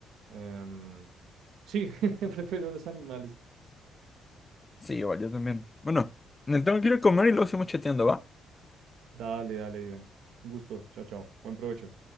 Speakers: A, on the right (about 80°); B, on the left (about 20°).
A: em, sí, <laughs> prefiero los animales.
B: Sí, igual, yo también. Bueno, me tengo que ir a comer y luego seguimos chateando, ¿va?
A: Dale, dale, Iván. Un gusto, chao, chao, buen provecho.